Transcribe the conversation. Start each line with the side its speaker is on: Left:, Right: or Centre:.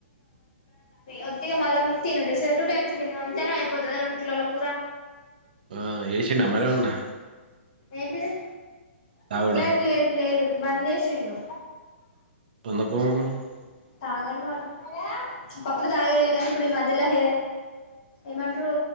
Left: ఒత్తి ఇగా మళ్లం తినుడే సే టూ టైమ్స్ తిను ఇంతల్నే అయిపోతదా రెండు కిలోల కూరా.
Right: ఆ ఏశిండా మరి ఏమన్నా.
Left: ఏంటిది
Right: తాగుడు
Left: లేదు లేదు లేదు బంజేశిండు.
Right: <unintelligible>
Left: తాగడు మరి. ఒకప్పుడు తాగేదిలే గానీ ఇప్పుడు ఈ మధ్యలో హే ఏమంట్రూ